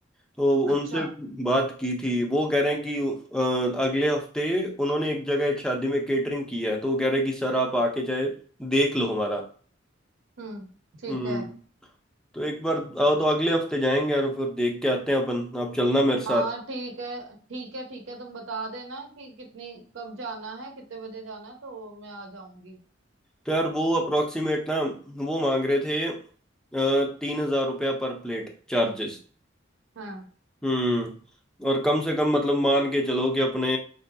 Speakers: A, in the centre; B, on the right.
A: तो उनसे
B: अच्छा
A: बात की थी वो कह रहे हैं कि अ, अगले हफ्ते उन्होंने एक जगह एक शादी में केटरिंग की है तो वो कह रहे हैं कि सर आप आके जाए देख लो हमारा
B: हम्म ठीक
A: हम्म
B: है
A: तो एक बार आओ तो अगले हफ्ते जाएंगे और फिर देख के आते हैं अपन आप चलना मेरे
B: हाँ
A: साथ
B: ठीक है ठीक है ठीक है तुम बता देना कि कितनी कब जाना है कितने बजे जाना है तो मैं आ जाऊंगी
A: तो यार वो अप्रोक्सीमेट ना वो मांग रहे थे अ, तीन हजार रुपया पर प्लेट चार्जेस
B: हाँ
A: हम्म और कम से कम मतलब मान के चलो कि अपने